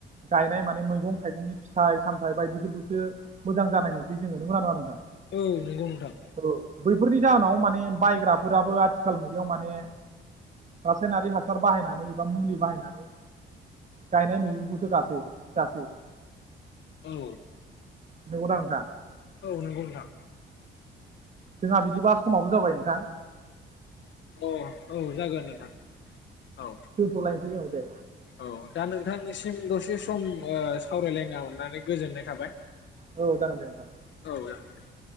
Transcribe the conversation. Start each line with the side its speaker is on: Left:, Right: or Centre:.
Right: गायनाय माने मैगं थाइगंनि फिथाइ सामथाइ बायदिफोरखौसो मोजां जानाय नुसै जोङो नोंगौ ना नङा नोंथां?
Left: औ नोंगौ नोंथां।
Right: औ बैफोरनि जाहोनाव माने बायग्राफोराबो आथिखाल मुगायाव माने रासायनारि हासार बाहायनानै एबा मुलि बाहायनानै गायनाय मैगंखौसो गासै जासै।
Left: औ
Right: न गदांखा <inaudible>
Left: औ नंगौ नोंथां
Right: जोंहा बिदिबा समाबो जाबाय नोंथां।
Left: अ औ जागोन नोंथां। औ
Right: दोनथ'लायसै औ दे
Left: औ दा नोंथांनिसिम दसे सम ओ सावरायलायनो हानानै गोजोननाय थाबाय।
Right: औ जागोन दे नोंथां।
Left: ज ज द <inaudible>